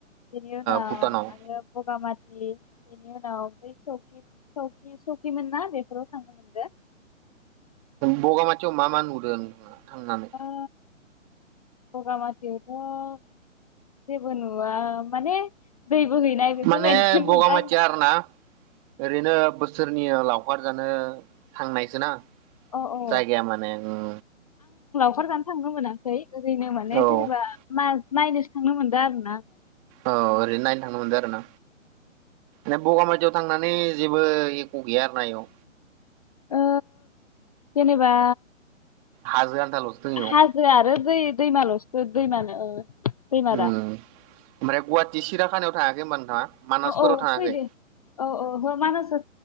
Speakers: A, on the left; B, on the right.
A: बिनि उनाव
B: भुटानाव
A: आरो बगामाति बे-बेनि उनाव बे सकि-सकि-सकिमोन ना बेफोराव थांनो मोनदो
B: बगामातिआव मा मा नुदों नोंथाङा थांनानै
A: ओ बगामाथियावथ जेबो नुवा माने दै बोहैनाय बेफोरबायदिखौ
B: माने बगामाथिया
A: नुदों
B: आरो ना ओरैनो बोसोरनि लावखार जानो थांनायसो ना
A: औ औ
B: जायगाया माने ओ
A: खार जानो थांनो मोनाखै ओरैनो माने
B: औ
A: जेनेबा मा नायनोसो थांनो मोनदो आरो ना
B: औ ओरैनो नायनो थांनो मोनदों आरो ना ना बगामथियाव थांनानै जेबो एख गैया आरो ना एआव
A: ओ जेनेबा
B: हाजो आन थालसो दों इयाव
A: हाजो आरो दै दैमालसो दैमा नो ओ फैमारा
B: उम ओमफ्राय गुवाहाटि सिराखानाव थाङाखै होनोमबा नोंथाङा मानासफोराव
A: औ औ
B: थाङाखै
A: फैदो औ औ मानासाव